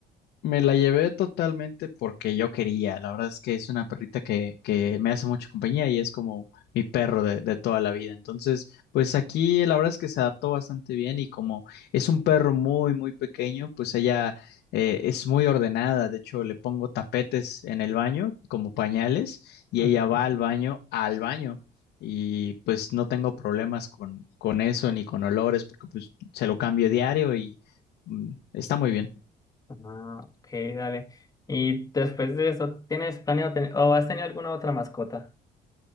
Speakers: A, on the left; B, on the left.
A: Me la llevé totalmente porque yo quería. La verdad es que es una perrita que, que me hace mucha compañía y es como mi perro de, de toda la vida. Entonces, pues aquí la verdad es que se adaptó bastante bien y como es un perro muy, muy pequeño, pues ella eh, es muy ordenada. De hecho, le pongo tapetes en el baño como pañales y
B: Ajá.
A: ella va al baño, al baño. Y pues no tengo problemas con, con eso ni con olores porque pues se lo cambio diario y mm, está muy bien.
B: Ah, ok, dale. ¿Y después de eso, tienes planeado tener o has tenido alguna otra mascota?